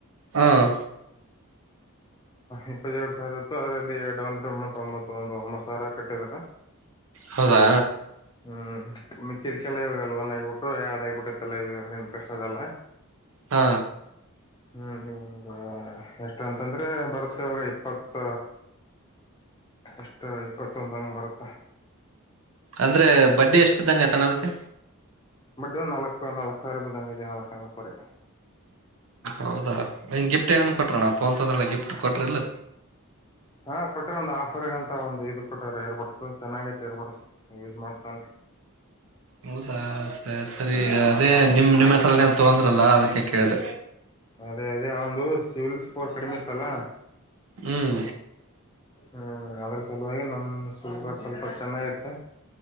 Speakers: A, on the right; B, on the left.
A: ಹಾಂ
B: ಇಪ್ಪತ್ತೆರಡು ಸಾವಿರ ಇತ್ತು ಅದರಲ್ಲಿ ಡೌನ್ ಪೇಮೆಂಟ್ ಒಂಬತ್ತು ಒಂದು ಒಂಬತ್ತು ಸಾವಿರ ಕಟ್ಟಿದಾರ
A: ಹೌದಾ
B: ಹ್ಮ ಮಿಕ್ಕಿದಕ್ಕೆಲ್ಲ ಇವಾಗಲ್ಲ ಒನ್ ಆಗಿಬಿಟ್ಟು ಎರಡ್ ಆಗಿಬಿಟ್ಟೈತ್ತಲ್ಲ ಇವ ಇಂಟ್ರೆಸ್ಟ್ ಅದಲ್ಲ
A: ಹಾ
B: ಹ್ಮ್ ಇವಾಗ ಎಷ್ಟ ಅಂತಂದ್ರೆ ಬರ್ತ್ತ ಇವಾಗ ಇಪ್ಪತ್ತ ಎಷ್ಟ ಇಪ್ಪತ್ತೊಂದ ಹಂಗ ಬರುತ್ತ
A: ಅಂದ್ರೆ ಬಡ್ಡಿ ಎಷ್ಟ್ದಂಗತಣೋದಕ್ಕೆ
B: ಬಟ್ ನಾಲ್ಕುರೆ ನಾಲ್ು ಸಾವಿರ ರೂಪದಂಗ ನಾಲ್ಕು ನಾಲ್ಕುವರೆ
A: ಹೌದಾ ನಿಂಗ್ ಗಿಫ್ಟ್ ಏನ್ ಕೊಟ್ಟಣಪ್ಪ ಅಂತಂದ್ರಲ್ಲ ಗಿ್ ಕೊಟ್ರ ಇಲ್ಲ
B: ಹಾ ಕೊಟ್ರೆ ಒಂದು್ ಆಫರ್ಗ ಅಂತ ಒಂದು ಇದ ಕೊಟ್ಟ್ರ ಏರ್ಬಡ್ಸ್ ಚೆನ್ನಾಗೈತಿ ಏರ್ ಬಡ್ಸ್ ಯಸ್ ಮಾಡ್ತ ಪ್ಪಲ್
A: ಹೌದಾ ಸರ್ ಸರಿ ಅದೇ ನಿಮ್ಮ ನಿಮ್ಮ ಹೆಸರ ಅಂತ ತೊಂದ್ರಲ್ಲ ಅದಕ್ಕೆ ಕೇಳ್ದ
B: ಅದೇ ಅದೇ ಒಂದು ಸಿವಿಲ್ ಸ್ಕೋರ್ ಕಡಿಮೆ ಇತ್ತಲ್ಲ
A: ಹ್ಮ್
B: ಹ್ಮ ಅ್ರ ಸಲುವಾಗಿ ನಮ್ದ ಸ್ವಲ್ಪ ಸ್ವಲ್ಪ ಚೆನ್ನಾಗಿತ್ತೆ